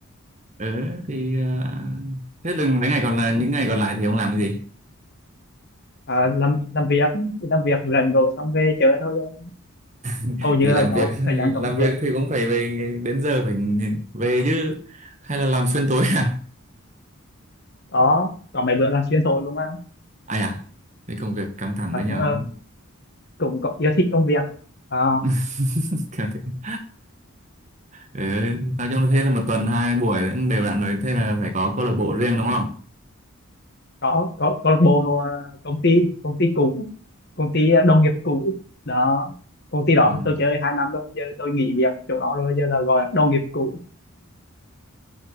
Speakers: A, on the right; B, on the left.
A: Ừ, thì ờ, thế là mấy ngày còn là những ngày còn lại thì ông làm cái gì?
B: à, làm làm việc làm việc rảnh rồi xong về chơi thôi chứ
A: <laughs>
B: hầu như
A: Thì
B: là
A: làm
B: cháu
A: việc <laughs>
B: thời gian
A: làm
B: cho công việc
A: việc thì cũng phải về đến giờ phải về chứ hay là làm xuyên tối à?
B: đó có mấy bữa là xuyên thổi luôn á
A: Ai à? Cái công việc căng thẳng
B: và
A: đấy nhở?
B: chúng là cũng có yêu thích công việc à,
A: <laughs> Căng thẳng. Thế, nói chung là thế là một tuần hai buổi cũng đều đặn rồi thế là phải có câu lạc bộ riêng đúng không?
B: có có câu lạc bộ hoặc công ty công ty cũ công ty à, đồng nghiệp cũ đó công ty đó
A: Ừ.
B: tôi chơi hai năm rồi giờ tôi nghỉ việc chỗ đó rồi giờ là gọi là đồng nghiệp cũ